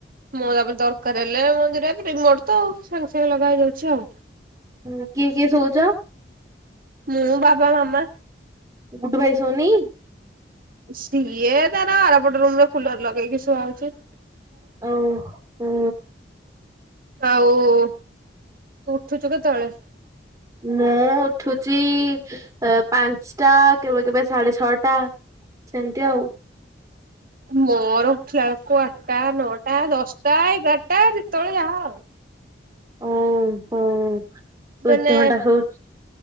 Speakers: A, on the right; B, on the right.
A: ମୁଁ ତାପରେ ଦରକାର ହେଲେ ମଝିରେ ରିମୋଟ ତ ସାଙ୍ଗେ ସାଙ୍ଗେ ଲଗା ହେଇଯାଉଛି ଆଉ
B: ହୁଁ କି କି ସୋଉଚ?
A: ମୁଁ ବାବା ମାମା।
B: ଗୁଡ଼ୁ ଭାଇ ସୋଉନି?
A: ସିଏ ତାର ଆରପଟ ରୁମ ର କୁଲର ଲଗେଇକି ଶୁଆହୋଉଚି।
B: ଓ ହୋ।
A: ହଉ। ତୁ ଉଠୁଛୁ କେତବେଳେ?
B: ମୁଁ ଉଠୁଚି ଏ ପାଞ୍ଚଟା କେବେ କେବେ ସାଢେ ଛଅଟା ସେମିତି ଆଉ।
A: ମୋର ଉଠିଲା ବେଳକୁ ଆଟା ନଅଟା ଦଶଟା ଏଗାରଟା ଯେତେବେଳେ ଯାହା ଆଉ।
B: ଓ ହୋ। ତୁ
A: ମାନେ
B: ଏତେ ଘଣ୍ଟା ସୋଉଚୁ